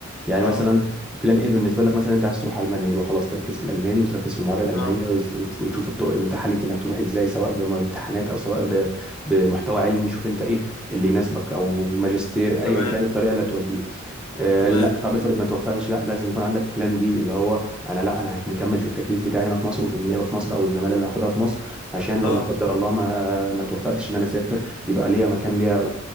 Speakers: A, in the centre; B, on the left.
A: يعني
B: اه
A: مثلا بلان ايه بالنسبه لك مثلا انت عايز تروح المانيا يبقى خلاص تركز في الالماني وتركز في المعادله الالمانيه
B: اه
A: وز- وتش- وتشوف الطرق المتاحه ليك انك تروح ازاي سواء بامتحانات او سواء ب- بمحتوى علمي شوف انت ايه اللي يناسبك او ماجستير ايا
B: تمام
A: كان الطريقه اللي هتوديه آه،
B: تمام
A: لا طب افرض ما توفقتش لا لازم يكون عندك بلان بي اللي هو انا لا انا هك- مكمل في التكليف بتاعي هنا في مصر وفي النيابه في مصر او الزماله اللي هاخدها في مصر عشان
B: اه
A: لو لا قدر الله ما ما توفقتش ان انا اسافر يبقى ليا مكان ليا